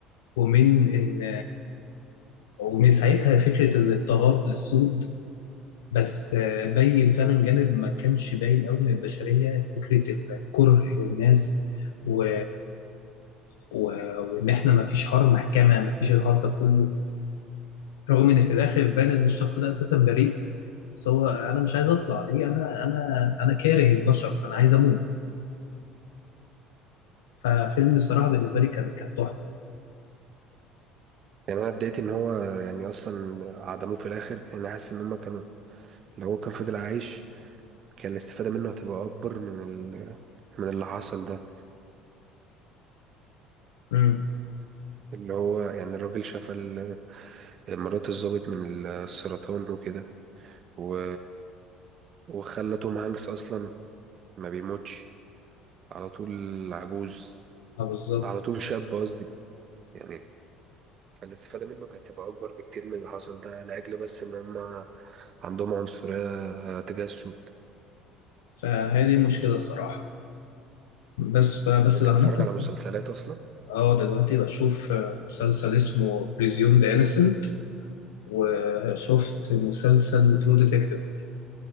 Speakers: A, on the left; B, on the right.
A: ومن ان ومن ساعتها فكرة الاضطهاد للسود بس آه، بين فعلا جانب ما كانش باين قوي من البشرية فكرة الكره للناس و... و... وإن إحنا ما فيش حوار محكمة ما فيش الحوار ده كله رغم إن في الآخر بان إن الشخص ده أساسا بريء بس هو أنا مش عايز أطلع ليه أنا أنا أنا كاره البشر فأنا عايز أموت ففيلم الصراحة بالنسبة لي كان كان تحفة
B: يعني انا اتضايقت ان هو يعني اصلا عدموه في الاخر يعني حاسس ان هم كانوا لو هو كان فضل عايش كان الاستفاده منه هتبقى اكبر من ال... من اللي حصل ده
A: امم
B: اللي هو يعني الراجل شاف ال- مرات الضابط من السرطان وكده و... وخلى توم هانكس أصلا ما بيموتش على طول عجوز
A: اه بالظبط
B: على طول شاب قصدي يعني فالاستفادة منه كانت تبقى أكبر بكتير من اللي حصل ده لأجل بس إن هما عندهم عنصرية تجاه السود
A: فهي دي المشكلة الصراحة بس فبس
B: طب أنت
A: عامة
B: بتتفرج على مسلسلات أصلا؟
A: اه دلوقتي بشوف آه، مسلسل اسمه بريزيوم ذا انسنت وشفت مسلسل ترو ديتكتيف